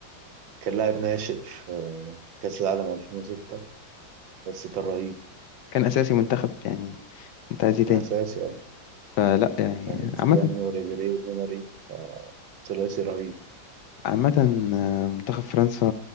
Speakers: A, on the right; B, on the left.
A: كان لاعب ناشئ في كأس العالم 2006 بس كان رهيب
B: كان اساسي منتخب يعني انت عايز ايه تاني
A: كان أساسي أه
B: فلا يعني
A: يعني زيدان
B: عامه
A: وريبيري وماري ثلاثي رهيب
B: عامه آه، منتخب فرنسا